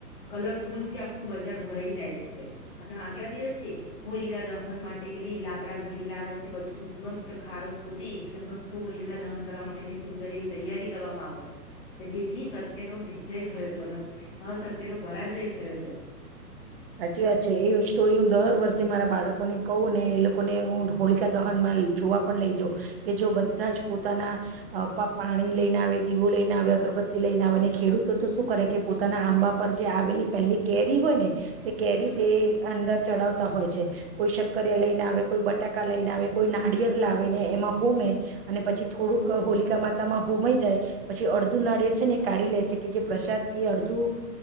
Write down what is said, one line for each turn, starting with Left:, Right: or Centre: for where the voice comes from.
Left: કલરફુલ થી આખું બજાર ભરાઈ જાય છે અને આગલા દિવસે હોલિકા દહન માટે બી લાકડા વીણી લાવે છે બધું મસ્ત ખાડો ખોદી અને મસ્ત હોલિકા દહન કરવા માટેની સુંદર એવી તૈયારી કરવામાં આવે છે. કે જેથી સત્યનો વિજય થયો હતો અને અ સત્યનો પરાજય થયો હતો.
Right: સાચ્છી વાચ્છી એ સ્ટોરી હું દર વર્ષે મારા બાળકોને કહું ને એ લોકોને હું હોલિકા દહન માં જોવા પણ લઈ જાઉં કે જો બધા જ પોતાના પાણી લઈ ને આવે દીવો લઈને આવે અગરબત્તી લઈ ને આવે ને ખેડૂતો તો શું કરે કે પોતાના આંબા પર જે આવેલી પહેલી કેરી હોય ને. તે કેરીતે
Left: હમ
Right: અંદર ચડાવતા હોય. કોઈ શક્કરિયા લઈને આવે કોઈ બટાકા લઈને આવે કોઈ નારિયળ લાવે ને એમાં હોમે અને પછી થોડુંક હોલિકા માતામાં હોમાઈ જાય પછી અડધું નારિયે છે ને એ કાઢી લે છે કે જે પ્રસાદ એ અડધું